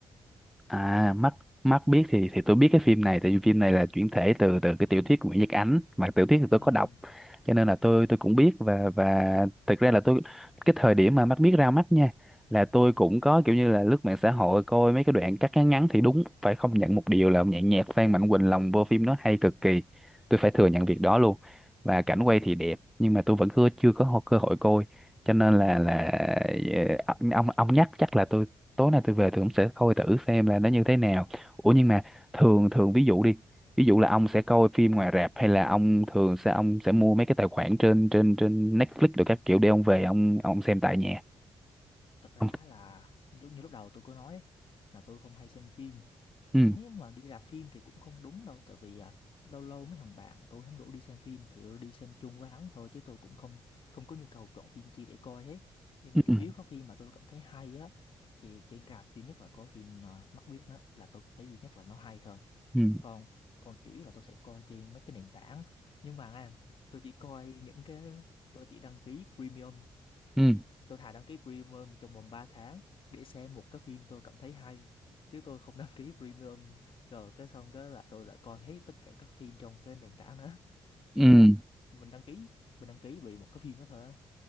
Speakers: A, in the centre; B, on the left.
A: À, mắt mắt biết thì thì tôi biết cái phim này tại vì phim này là chuyển thể từ từ cái tiểu thuyết của Nguyễn Nhật Ánh mà tiểu thuyết thì tôi
B: Ừ.
A: có đọc cho nên là tôi tôi cũng biết và và thực ra là tôi cái thời điểm mà mắt biết ra mắt nha là tôi cũng có kiểu như là lướt mạng xã hội coi mấy cái đoạn cắt ngắn ngắn thì đúng phải không nhận một điều là nhạc nhạc Phan Mạnh Quỳnh lồng vô phim nó hay cực kỳ tôi phải thừa nhận việc đó luôn và cảnh quay thì đẹp nhưng mà tôi vẫn chưa chưa có cơ hội coi cho nên là là ờ, ông ông nhắc chắc là tôi tối nay tôi về tôi cũng sẽ coi thử xem là nó như thế nào ủa nhưng mà thường thường ví dụ đi ví dụ là ông sẽ coi phim ngoài rạp hay là ông thường sẽ ông sẽ mua mấy cái tài khoản trên trên trên Netflix rồi các kiểu để ông về ông ông xem tại nhà
B: thật ra
A: ông
B: là lúc như lúc đầu tôi có nói ấy, là tôi không hay xem phim nếu
A: ừ
B: mà đi rạp phim thì cũng không đúng đâu tại vì à, lâu lâu mấy thằng bạn tôi hắn rủ đi xem phim thì tôi đi xem chung với hắn thôi chứ tôi cũng không không có nhu cầu chọn phim chi để coi hết nhưng
A: ừ
B: chủ
A: ừ
B: yếu các phim mà tôi cảm thấy hay á thì trên rạp duy nhất là có phim à, Mắt Biếc đó là tôi thấy duy nhất là nó hay thôi
A: ừ
B: còn còn chủ yếu là tôi sẽ coi trên mấy cái nền tảng nhưng mà à, tôi chỉ coi những cái tôi chỉ đăng ký premium
A: ừ
B: tôi thà đăng ký premium trong vòng 3 tháng để xem một cái phim tôi cảm thấy hay chứ tôi không <laughs> đăng ký premium rồi cái xong cái là tôi lại coi hết tất cả các phim trong cái nền tảng đó <laughs> kiểu
A: ừ
B: như là mình đăng ký mình đăng ký vì một cái phim đó thôi á.